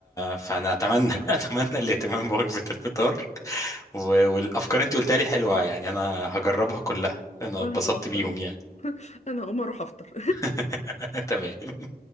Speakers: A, on the left; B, on the left.
A: فانا اتمنى <laughs> اتمنى الاهتمام بوجبه الفطار و... والافكار انت قلتها لي حلوه يعني انا هجربها كلها انا
B: وانا
A: اتبسطت
B: هقوم افطر
A: بيهم
B: اهو
A: يعني
B: <laughs> انا هقوم اروح افطر
A: <laughs> تمام